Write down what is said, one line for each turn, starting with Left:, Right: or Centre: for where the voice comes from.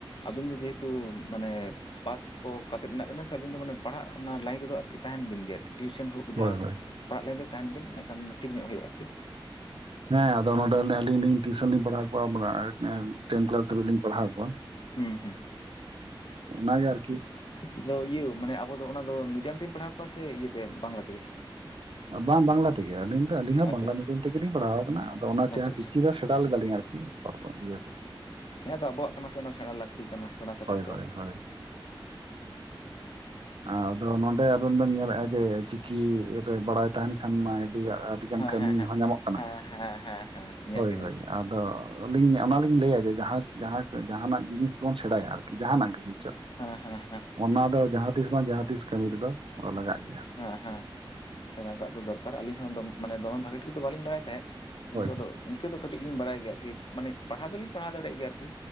Left: ᱟᱵᱤᱱ ᱫᱚ ᱡᱮᱦᱮᱛᱩ ᱢᱟᱱᱮ ᱯᱟᱥ ᱠᱚ ᱠᱟᱛᱮ ᱢᱮᱱᱟᱜ ᱵᱤᱱᱟ ᱥᱮ, ᱟᱹᱵᱤᱱ ᱫᱚ ᱢᱟᱱᱮ ᱯᱟᱲᱦᱟᱜ, ᱚᱱᱟ ᱞᱟᱭᱤᱱ ᱨᱮᱫᱚ ᱟᱨᱠᱤ ᱛᱟᱦᱮᱱ ᱵᱤᱱ ᱜᱮ ᱟᱨᱠᱤ ᱴᱤᱭᱩᱥᱮᱱ ᱦᱳᱠ
Right: ᱦᱳᱭ
Left: ᱡᱟᱦᱟᱸ
Right: ᱦᱳᱭ
Left: ᱯᱟᱲᱦᱟᱜ ᱞᱟᱭᱤᱱ ᱨᱮ ᱛᱟᱦᱮᱱ ᱵᱤᱱ, ᱤᱱᱟᱹᱠᱷᱟᱱ ᱴᱷᱤᱠ ᱧᱚᱜ ᱦᱳᱭᱳᱜᱼᱟ ᱟᱨᱠᱤ᱾ᱦᱮ
Right: ᱦᱮᱸ ᱟᱫᱚ ᱱᱚᱸᱰᱮ ᱚᱱᱮ ᱟᱹᱞᱤᱧ ᱞᱤᱧ ᱴᱤᱭᱩᱥᱚᱱ ᱞᱤᱧ ᱯᱟᱲᱦᱟᱣ ᱠᱚᱣᱟ, ᱴᱮᱱ ᱠᱮᱞᱟᱥ ᱫᱷᱟᱹᱵᱤᱡ ᱞᱤᱧ ᱯᱟᱲᱦᱟᱣ ᱠᱚᱣᱟ ᱾
Left: ᱦᱩᱸ ᱦᱩᱸ,
Right: ᱚᱱᱟᱜᱮ ᱟᱨᱠᱤ
Left: ᱪᱮᱫ ᱟᱫᱚ ᱤᱭᱟᱹ ᱢᱟᱱᱮ ᱟᱵᱚ ᱟᱫᱚ ᱚᱱᱟ ᱫᱚ ᱢᱤᱰᱤᱭᱟᱢ ᱛᱮᱢ ᱯᱟᱲᱦᱟᱣ ᱠᱚᱣᱟ ᱥᱮ, ᱤᱭᱟᱹᱛᱮ ᱵᱟᱝᱞᱟ ᱛᱮᱜᱮ?
Right: ᱵᱟᱝ, ᱵᱟᱝᱞᱟ ᱛᱮᱜᱮ ᱟᱹᱞᱤᱧ ᱟᱹᱞᱤᱧ ᱦᱚᱸ
Left: ᱟᱪᱪᱷᱟ
Right: ᱵᱟᱝᱞᱟ ᱢᱤᱰᱤᱭᱟᱢ ᱛᱮᱜᱮᱞᱤᱧ ᱯᱟᱲᱦᱟᱣ ᱟᱠᱟᱱᱟ, ᱟᱫᱚ ᱚᱱᱟ ᱪᱮᱦᱟ
Left: ᱟᱪᱪᱷᱟ ᱟᱪᱪᱷᱟ
Right: ᱪᱤᱠᱤ ᱫᱚ ᱥᱮᱬᱟ ᱞᱮᱫᱟᱞᱤᱧ ᱟᱨᱠᱤ ᱤᱭᱟᱹ
Left: ᱦᱮᱸᱛᱚ ᱟᱵᱚᱣᱟᱜ ᱠᱟᱱᱟ ᱥᱮ, ᱚᱱᱟ ᱥᱮᱬᱟ ᱞᱟᱹᱠᱛᱤ ᱠᱟᱱᱟ, ᱥᱮᱬᱟ ᱠᱟᱛᱮ
Right: ᱦᱳᱭ
Left: ᱫᱚ
Right: ᱦᱳᱭ ᱦᱳᱭ ᱟ ᱟᱫ ᱱᱚᱰᱮ ᱟᱵᱮᱱ ᱵᱮᱱ ᱧᱮᱞᱮᱫᱼᱟ ᱡᱮ, ᱪᱤᱠᱤ ᱨᱮ ᱵᱟᱲᱟᱭ ᱠᱷᱟᱱ ᱢᱟ ᱟᱹᱰᱤ ᱟᱸᱴ ᱟᱹᱰᱤᱜᱟᱱ
Left: ᱦᱮᱸ
Right: ᱠᱟᱹᱢᱤ
Left: ᱦᱮᱸ ᱦᱮᱸ
Right: ᱦᱚᱸ ᱧᱟᱢᱚᱜ ᱠᱟᱱᱟ,
Left: ᱦᱮᱸ ᱦᱮᱸ ᱦᱮᱸ ᱦᱮᱸ ᱧᱮᱞ
Right: ᱦᱳᱭ
Left: ᱠᱮᱫᱟᱞᱤᱧ
Right: ᱦᱳᱭ, ᱟᱫᱚ ᱟᱹᱞᱤᱧ ᱚᱱᱟ ᱞᱤᱧ ᱞᱟᱹᱭᱟ ᱡᱮ, ᱡᱟᱦᱟᱸᱱᱟᱜ ᱡᱤᱱᱤᱥ ᱵᱚᱱ ᱥᱮᱬᱟᱭᱟ ᱟᱨᱠᱤ ᱡᱟᱦᱟᱸᱱᱟᱜ ᱜᱮ <unintelligible>
Left: ᱦᱮᱸ ᱦᱮᱸ ᱦᱮᱸ ᱾
Right: ᱚᱱᱟ ᱫᱚ ᱡᱟᱦᱟᱸ ᱛᱤᱥ ᱵᱟᱝ, ᱡᱟᱦᱟᱸ ᱛᱤᱥ ᱠᱟᱹᱢᱤ ᱨᱮᱫᱚ ᱞᱟᱜᱟᱜ ᱜᱮᱭᱟ ᱾
Left: ᱦᱮᱸ ᱦᱮᱸ, ᱥᱮᱬᱟ ᱠᱟᱜ ᱫᱚ ᱫᱚᱨᱠᱟᱨ, ᱟᱹᱞᱤᱧ ᱦᱚᱸ ᱢᱟᱱᱮ ᱫᱚᱢᱮ ᱵᱷᱟᱜᱤ ᱴᱷᱤᱠ ᱫᱚ ᱵᱟᱹᱞᱤᱧ ᱵᱟᱲᱟᱭ ᱛᱟᱦᱮᱸᱫ ᱾ ᱠᱤᱱᱛᱩ
Right: ᱦᱳᱭ
Left: ᱟᱫᱚ ᱤᱱᱠᱟᱹ ᱫᱚ ᱠᱟᱹᱴᱤᱡ ᱞᱤᱧ ᱵᱟᱲᱟᱭ ᱜᱮᱭᱟ ᱟᱨᱠᱤ, ᱢᱟᱱᱮ ᱯᱟᱲᱦᱟᱣ ᱫᱚᱞᱤᱧ ᱯᱟᱲᱦᱟᱣ ᱫᱟᱲᱮᱭᱟᱜ ᱜᱮᱭᱟ ᱟᱨᱠᱤ᱾